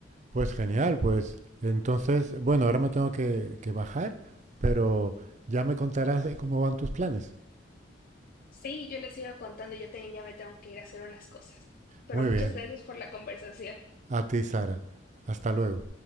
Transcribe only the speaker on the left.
Sí, yo les sigo contando, yo también ya me tengo que ir a hacer unas cosas. Pero
muchas
gracias por la conversación.